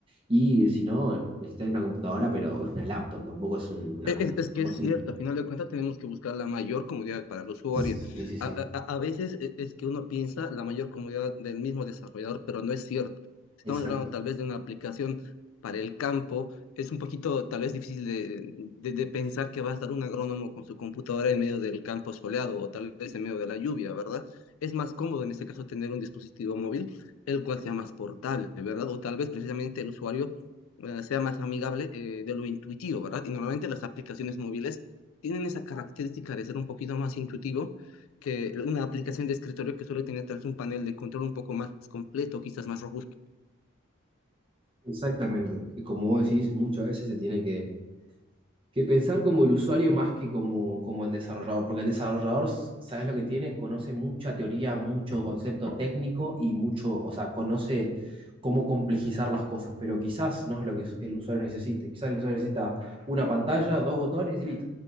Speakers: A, on the right (about 25°); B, on the left (about 90°).
A: Y si no, necesitan una computadora, pero es una laptop, tampoco es un- una...
B: E- Es es que
A: Tampoco
B: es
A: es
B: cierto,
A: un-
B: a final de cuentas tenemos que buscar la mayor comodidad para el usuario.
A: Sí, sí, sí.
B: A, a- a- a veces e- es que uno piensa la mayor comodidad del mismo desarrollador, pero no es cierto. Si
A: Exacto.
B: Estamos hablando tal vez de una aplicación para el campo. Es un poquito tal vez difícil de, de- de pensar que va a estar un agrónomo con su computadora en medio del campo soleado o tal vez en medio de la lluvia, ¿verdad? Es más cómodo en este caso tener un dispositivo móvil, el cual sea más portable, ¿verdad? O tal vez precisamente el usuario eh, sea más amigable eh, de lo intuitivo, ¿verdad? Y normalmente las aplicaciones móviles tienen esa característica de ser un poquito más intuitivo que una aplicación de escritorio que suele tener tal vez un panel de control un poco más completo, quizás más robusto.
A: Exactamente. Como vos decís, muchas veces se tiene que que pensar como el usuario más que como, como el desarrollador, porque el desarrollador, s- ¿sabes lo que tiene? Conoce mucha teoría, mucho concepto técnico y mucho, o sea, conoce cómo complejizar las cosas, pero quizás no es lo que s- el usuario necesite. Quizás el usuario necesita una pantalla, dos botones y listo.